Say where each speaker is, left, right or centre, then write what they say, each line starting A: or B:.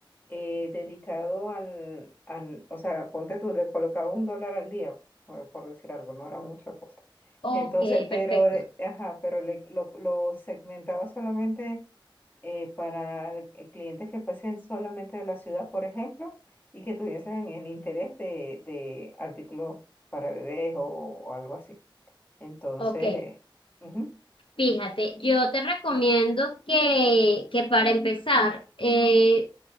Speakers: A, on the left (about 20°); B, on the left (about 75°).
A: eh, dedicado al, al, o sea, ponte tú, le colocaba un dólar al día, por, por decir algo, no era mucha cosa.
B: Ok,
A: Entonces, pero,
B: perfecto.
A: eh, ajá, pero le- lo, lo segmentaba solamente eh, para eh, clientes que fuesen solamente de la ciudad, por ejemplo, y que tuviesen el interés de, de artículos para bebés o o algo así. Entonces,
B: Ok,
A: eh, ujú,
B: fíjate, yo te recomiendo que, que para empezar, eh,